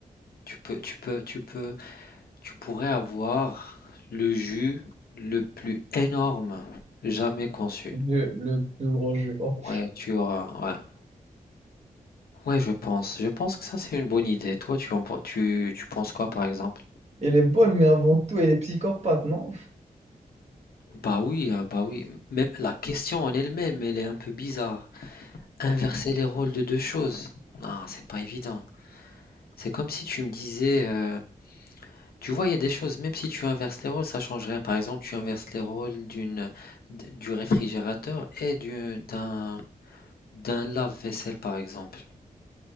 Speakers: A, on the left (about 85°); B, on the right (about 45°).
A: tu peux, tu peux, tu peux, tu pourrais avoir le jus le plus énorme jamais conçu.
B: Le, le plus gros jeu. Oh.
A: Ouais, tu auras. Ouais, ouais, je pense. Je pense que ça, c'est une bonne idée. Toi, tu en, pen- tu, tu penses quoi, par exemple?
B: Elle est bonne, mais avant tout, elle est psychopathe, non?
A: Bah oui, ah bah oui. Même la question en elle-même, elle est un peu bizarre. Inverser les rôles de deux choses. Non, c'est pas évident. C'est comme si tu me disais, euh, tu vois, il y a des choses, même si tu inverses les rôles, ça change rien. Par exemple, tu inverses les rôles d'une, d- du réfrigérateur et du, d'un, d'un lave-vaisselle, par exemple.